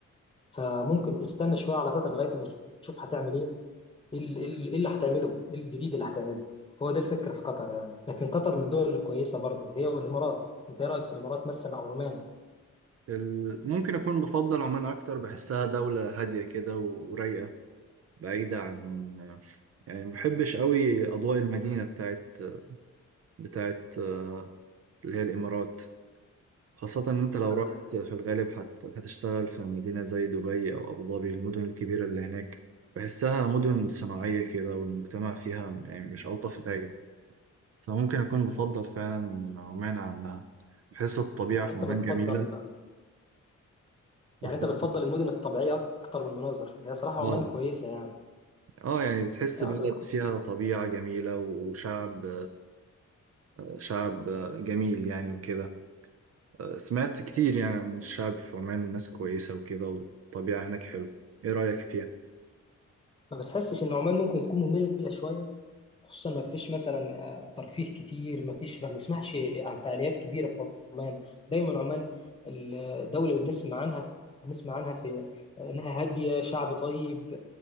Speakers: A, on the left; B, on the right.
A: فممكن تستنى شوية على قطر لغاية ما تشوف هتعمل إيه ايه ال- إيه ال- إيه اللي هتعمله ايه الجديد اللي هتعمله هو ده الفكره في قطر يعني لكن قطر من الدول الكويسه برضو هي والامارات انت ايه رايك في الامارات مثلا او عمان
B: ال- ممكن أكون بفضل عمان أكتر بحسها دولة هادية كده ورايقة بعيدة عن يعني ما بحبش قوي اضواء المدينه بتاعت بتاعت آه، اللي هي الامارات خاصه ان انت لو
A: ما
B: رحت
A: بتح-
B: في الغالب هت- هتشتغل في مدينه زي دبي او ابو ظبي المدن الكبيره اللي هناك بحسها مدن صناعيه كده والمجتمع فيها يعني مش الطف حاجه فممكن اكون بفضل فعلا عمان عنها بحس الطبيعه
A: يعني
B: في
A: انت
B: عمان
A: بتفضل
B: جميله بفضل
A: يعني انت بتفضل المدن الطبيعيه اكتر والمناظر هي صراحه عمان
B: اه
A: كويسه يعني
B: اه يعني بتحس
A: يا
B: بلد
A: عمان كويسه
B: فيها
A: يعني.
B: طبيعه جميله وشعب شعب جميل يعني وكده سمعت كتير يعني عن الشعب في عمان ناس كويسة وكده والطبيعة هناك حلوة إيه رأيك فيها؟
A: ما بتحسش ان عمان ممكن تكون ممله شويه خصوصا ما فيش مثلا آه، ترفيه كتير ما فيش ما بنسمعش عن فعاليات كبيره في دايما عمان الدولة اللي بنسمع عنها بنسمع عنها في إنها هادية شعب طيب